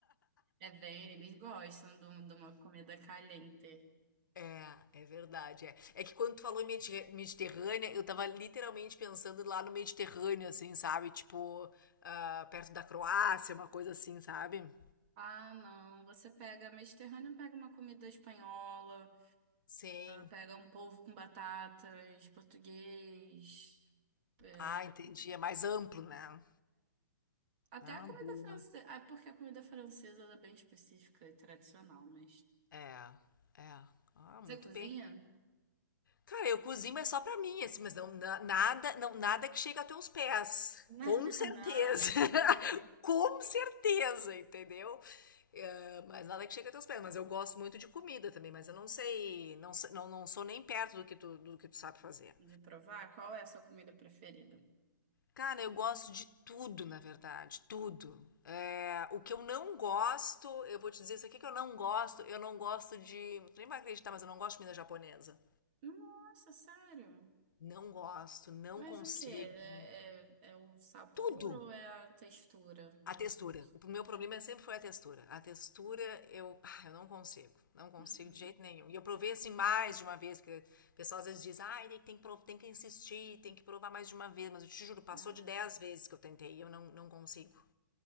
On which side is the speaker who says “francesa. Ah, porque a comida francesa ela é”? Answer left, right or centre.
Right